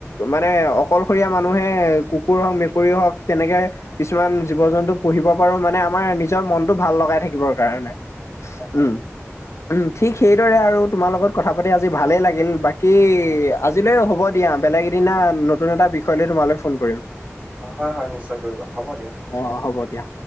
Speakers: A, on the left (about 70°); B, on the right (about 20°).
A: মানে অকলশৰীয়া মানুহে কুকুৰ হওক মেকুৰী হওক তেনেকে কিছুমান জীৱ জন্তু পুহিব পাৰো মানে আমাৰ নিজৰ মনটো ভাল লগাই থাকিবৰ কাৰণে।
B: হয় হয়
A: উম। উম, ঠিক সেইদৰে আৰু তোমাৰ লগত কথা পাতি আজি ভালেই লাগিল বাকী আজিলৈ হ'ব দিয়া, বেলেগ এ দিনা নতুন এটা বিষয় লৈ তোমালৈ ফোন কৰিম।
B: অ', হয় হয় নিশ্চয় কৰিবা, হ'ব দিয়া।
A: অ' হ'ব দিয়া।